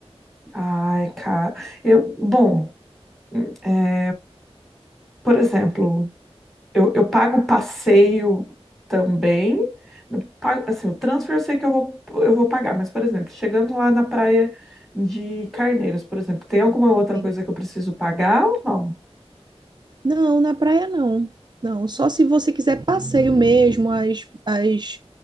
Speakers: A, in the centre; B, on the right.
A: Ah, é caro. Eu, bom. É, Por exemplo, eu, eu pago passeio também. Eu pago- assim, o transfer eu sei que eu vou, eu vou pagar, mas, por exemplo, chegando lá na praia de Carneiros, por exemplo, tem alguma outra
B: Sim.
A: coisa que eu preciso pagar ou não?
B: Não, na praia não. Não, só se você quiser passeio mesmo, as, as,